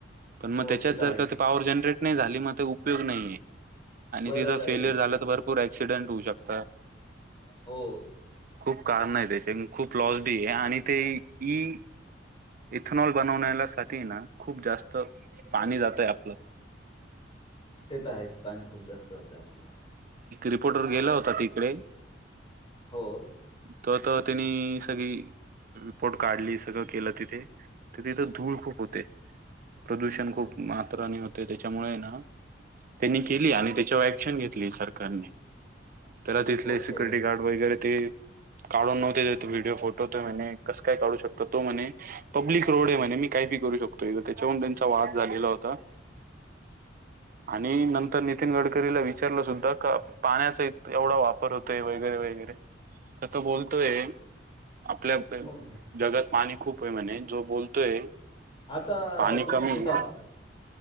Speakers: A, on the right; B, on the left.
A: पण मग
B: हो,
A: त्याच्यात
B: तर
A: जर
B: आहेच.
A: का ते पॉवर जनरेट नाही झाली मग ते उपयोग नाहीये आणि
B: बरोबर
A: तिथं फेलियर
B: आहे ते
A: झालं तर भरपूर ऍक्सिडेंट होऊ शकता
B: हो
A: खूप कारण आहे त्याचे खूप लॉस बी आहे आणि ते इई इथनॉल बनवण्या साठी ना खूप जास्त पाणी जातय आपलं
B: ते तर आहेच पाणी खूप जास्त होत आहे आपलं
A: रिपोर्ट वर गेला होता तिकडे
B: हो
A: तर तर त्यांनी सगळी रिपोर्ट काढली सगळं केलं तिथे तर तिथं धूळ खूप होते प्रदूषण खूप
B: ओके
A: मात्राने होते त्याच्यामुळे ना त्यांनी केली आणि त्याच्यावर ऍक्शन घेतली सरकारने तर तिथले
B: ओके
A: सिक्युरिटी गार्ड वगैरे ते काढून नव्हते व्हिडिओ फोटो तो म्हणे कसं काय काढू शकतो तो म्हणे पब्लिक रोड आहे म्हणे मी काही करू शकतो त्याच्या त्यांचा वाद झालेला होता.
B: ह
A: आणि नंतर तर नितीन गडकरीला विचारलं सुद्धा का? पाण्याचा एवढा वापर होतोय वगैरे वगैरे त तो बोलतोय. आपल्या
B: ओके
A: जगात पाणी खूपे म्हणे, जो बोलतोय
B: आता
A: पाणी
B: तुम्ही
A: कमी
B: कुठ आहात.
A: आहे